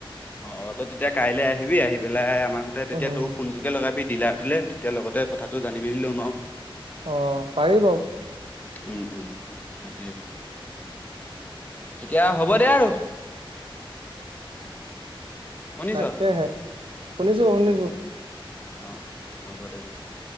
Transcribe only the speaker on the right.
উম
অ পাৰিব
তাকেহে শুনিছো শুনিছো